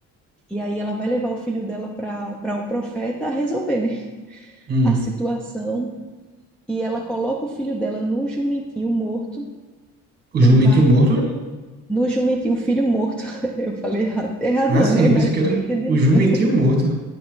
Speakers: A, in the centre; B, on the right.
A: E aí ela vai levar o filho dela para para um profeta a resolver, né,
B: hum.
A: a situação. E ela coloca o filho dela no jumentinho morto
B: O Jumentinho
A: e vai
B: Morto?
A: No jumentinho, o filho morto. <laughs> Eu falei errado. Errado
B: Ah,
A: não,
B: sim,
A: né? Mas
B: pensei que era
A: eu entendi
B: o Jumentinho
A: isso.
B: Morto.